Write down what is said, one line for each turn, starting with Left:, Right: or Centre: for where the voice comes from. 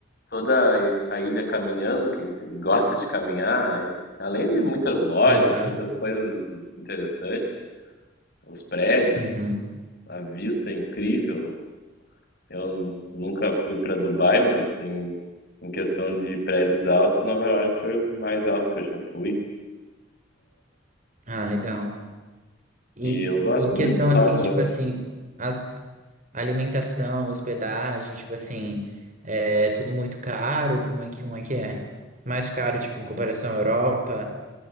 Left: toda a i- a ilha caminhando, quem tem- gosta de caminhar, e além de muitas lojas,
Right: Aham.
Left: muitas coisas interessantes, os prédios,
Right: Uhum.
Left: a vista é incrível. Eu n- nunca fui para Dubai, mas em, em questão de prédios altos, Nova York foi o mais alto que eu já fui.
Right: Ah, legal. E,
Left: E eu gosto
Right: e questão
Left: muito
Right: assim,
Left: lá da.
Right: tipo assim, as Alimentação, hospedagem, tipo assim, é tudo muito caro. Como é que um é que é? Mais caro, tipo, em comparação à Europa?